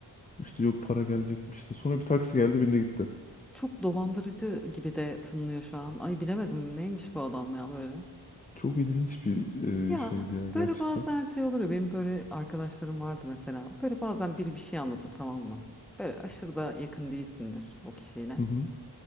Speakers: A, on the left; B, in the centre.
A: İşte yok para gelecekmiş işte. Sonra bir taksi geldi bindi gitti.
B: Çok dolandırıcı gibi de tınlıyor şu an. Ay bilemedim neymiş bu adam ya böyle.
A: Çok ilginç bir
B: Ya
A: e, şeydi ya gerçekten.
B: böyle bazen şey olur ya benim böyle arkadaşlarım vardı mesela. Böyle bazen biri bir şey anlatır tamam mı? Böyle aşırı da yakın değilsindir o kişiyle.
A: Hı hı.